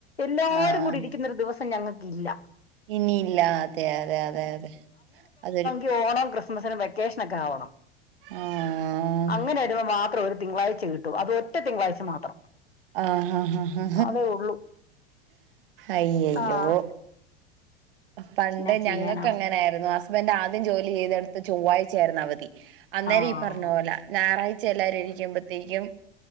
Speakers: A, on the left; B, on the right.
A: എല്ലാവാരും
B: ആഹ്
A: കൂടി ഇരിക്കുന്ന ഒരു ദിവസം ഞങ്ങൾക്ക് ഇല്ല
B: ഇനിയില്ല അതെ അതെ അതെ അതെ അതൊരു
A: ഈ ഓണം ക്രിസ്മസിന് വെക്കേഷനൊക്കെ ആവണം
B: ആഹ്
A: അങ്ങനെ വരുമ്പോൾ മാത്രം ഒരു തിങ്കളാഴ്ച കിട്ടൂ. അതും ഒറ്റ തിങ്കളാഴ്ച മാത്രം
B: ആഹ്ഹാ
A: അതേ ഉള്ളൂ
B: അയ്യാ അയ്യോ
A: ആഹ്
B: പണ്ട്
A: എന്നാ ചെയ്യാനാവും
B: ഞങ്ങൾക്ക് അങ്ങനെ ആയിരുന്നു ഹസ്ബൻറ് ആദ്യം ജോലി ചെയ്തെടുത്ത് ചൊവ്വാഴ്ച ആയിരുന്നു അവധി അന്നേം
A: ആഹ്
B: ഈ പറഞ്ഞ പറഞ്ഞപൊല ഞായറാഴ്ച എല്ലരും ഇണീരിക്കുമ്പോഴത്തേക്കും